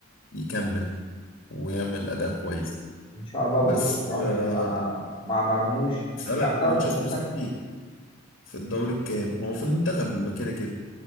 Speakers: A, on the left (about 65°); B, on the left (about 25°).
A: يكمل ويعمل اداء كويس
B: ان شاء الله
A: بس
B: وجود صلاح
A: آه،
B: مع مع مرموش
A: اسألك
B: هيأثروا
A: مانشستر
B: في المنتخب
A: سيتي في الدوري الكام هو في المنتخب ما كده كده